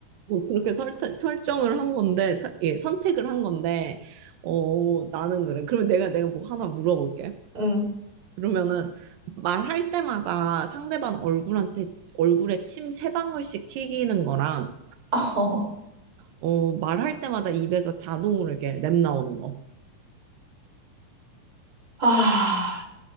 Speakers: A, on the right; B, on the right.
A: 뭐 그렇게 설, 설정을 한 건데 서- 예, 선택을 한 건데 어 나는 그래 그럼 내가 내가 뭐 하나 물어볼게
B: 음,
A: 그러면은 말할 때마다 상대방 얼굴한테 얼굴에 침 세 방울씩 튀기는 거랑
B: 어.
A: 어 말할 때마다 입에서 자동으로 이렇게 랩 나오는 거
B: 아,